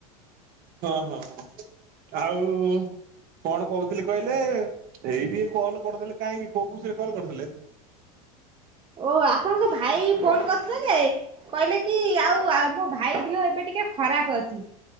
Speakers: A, on the right; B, on the right.
A: ହଁ ହଁ ହଁ ଆଉ କଣ କହୁଥିଲି କହିଲେ ଏଇ ଟିକେ କଲ କରିଦେଲେ? କାହିଁକି କୋଉ ଖୁସିରେ କଲ କରୁଥିଲେ।
B: ଓ ଆପଣଙ୍କ ଭାଇ ଫୋନ କରିଥିଲେ ଯେ କହିଲେ କି ଆଉ? ମୋ ଭାଇ ଦିଅ ଏବେ ଟିକେ ଖରାପ ଅଛି।